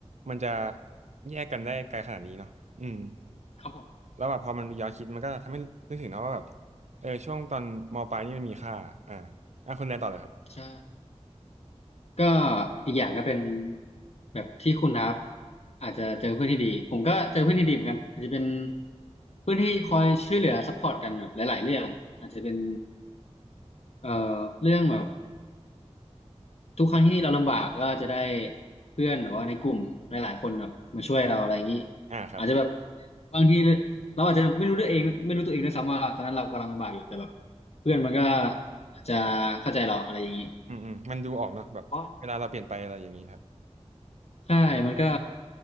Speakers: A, on the right (about 80°); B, on the left (about 65°).
A: มันจะแยกกันได้ไกลขนาดนี้เนาะอืม
B: ครับผม
A: แล้วแบบพอมันย้อนคิดมันก็ทำให้นึกถึงเนาะว่าแบบเออช่วงตอนมปลายนี่มันมีค่าอ่าอ่ะคุณแดนต่อเลยครับ
B: ใช่ก็อีกอย่างก็เป็นแบบที่คุณนับอาจจะเจอเพื่อนที่ดีผมก็เจอเพื่อนที่ดีเหมือนกันอาจจะเป็นเพื่อนที่คอยช่วยเหลือซัพพอร์ตกันแบบหลายๆเรื่องอาจจะเป็นเอ่อเรื่องแบบ ทุกครั้งที่เราลำบากก็จะได้เพื่อนหรือว่าในกลุ่มหลายๆคนแบบมาช่วยเราอะไรอย่างนี้
A: อ่าครับ
B: อาจจะแบบบางทีเราอาจจะไม่รู้ด้วยเองไม่รู้ตัวเองด้วยซ้ำว่าตอนนั้นเรากำลังลำบากอยู่แต่แบบเพื่อนมันก็จะเข้าใจเราอะไรอย่างนี้
A: อืมอืมมันดูออกเนาะแบบเวลาเราเปลี่ยนไปอะไรอย่างนี้ครับ
B: เพราะ่ใช่มันก็